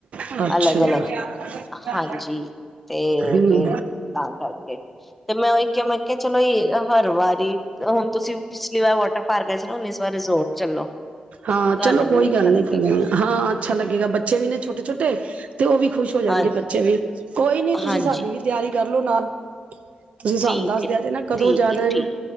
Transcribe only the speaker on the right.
ਅੱਛਾ। ਅੱਛਾ।
ਹੂੰ।
ਹਾਂ ਚਲੋ,
ਕੋਈ
ਗੱਲ
ਨੀ ਹਾਂ ਅੱਛਾ ਲੱਗੇਗਾ ਬੱਚੇ ਵੀ ਨੇ ਛੋਟੇ ਛੋਟੇ ਤੇ ਉਹ ਵੀ ਖੁਸ਼ ਹੋ ਜਾਣਗੇ
ਬੱਚੇ ਵੀ, ਕੋਈ ਨੀ ਤੁਸੀਂ
ਸਾਡੀ ਵੀ ਤਿਆਰੀ ਕਰ ਕਰਲੋ ਨਾਲ, ਤੁਸੀਂ ਸਾਨੂੰ
ਦੱਸਦੇ
ਆ ਜੇ ਨਾ ਕਦੋਂ
ਜਾਣਾ ਹੈ।